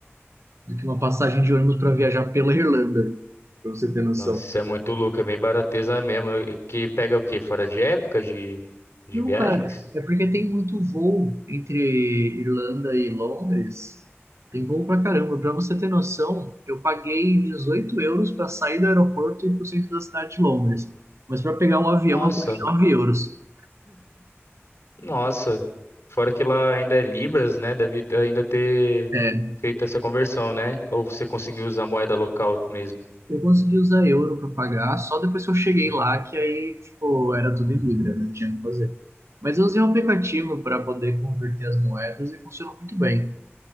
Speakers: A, on the right (about 80°); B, on the left (about 70°).
A: do que uma passagem de ônibus para viajar pela Irlanda, pra você ter noção.
B: Nossa, isso é muito louco, é bem barateza mesmo. e Que pega o quê? Fora de época de, de
A: Não,
B: viagens?
A: cara, é porque tem muito voo entre Irlanda e Londres. Tem voo pra caramba. Pra você ter noção, eu paguei 18 euros pra sair do aeroporto e ir pro centro da cidade de Londres. Mas pra pegar um avião,
B: Nossa,
A: eu paguei 9 euros.
B: nossa. Fora que lá ainda é Libras, né? Deve ter- ainda ter
A: É,
B: feito essa conversão, né? Ou você conseguiu usar a moeda local mesmo.
A: eu consegui usar euro pra pagar só depois que eu cheguei lá, que aí, tipo, era tudo em Libra, né? Não tinha o que fazer. Mas eu usei um aplicativo pra poder converter as moedas e funcionou muito bem.